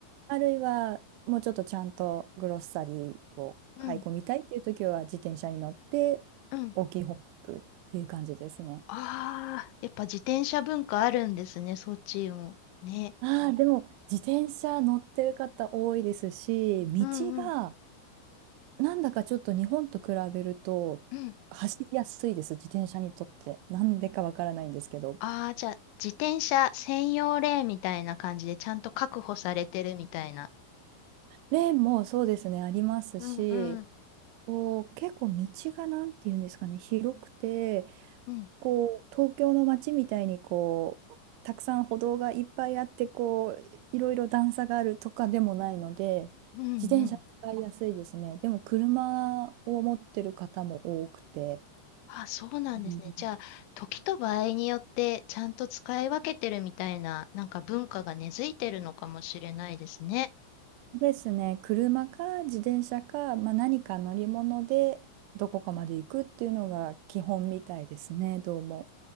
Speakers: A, on the right; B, on the left.
A: あるいは、もうちょっとちゃんとグロッサリーを買い込みたいっていう時は、
B: うん、うん、
A: 自転車に乗って、
B: うん。
A: 大きい方に行くっていう感じですね。
B: ああー、やっぱ自転車文化あるんですね、そっちも。ね。
A: ああ、でも、自転車乗ってる方多いですし、道が、
B: うん、うん、
A: なんだかちょっと日本と比べると、
B: うん。
A: 走りやすいです、自転車にとって。なんでかわからないんですけど。
B: ああ、じゃあ、自転車専用レーンみたいな感じで、ちゃんと確保されてるみたいな。
A: レーンもそうですね、ありますし、
B: うん、うん、
A: こう、結構道がなんていうんですかね、広くて、
B: うん、
A: こう、東京の街みたいにこう、たくさん歩道がいっぱいあって、こう、いろいろ段差があるとかでもないので、
B: うん、うん。
A: 自転車使いやすいですね。でも、車を持ってる方も多くて。
B: あ、そうなんですね。
A: うん
B: じゃあ、時と場合によって、ちゃんと使い分けてるみたいな、なんか文化が根付いてるのかもしれないですね。
A: ですね、車か自転車か、まあ、何か乗り物でどこかまで行くっていうのが基本みたいですね、どうも。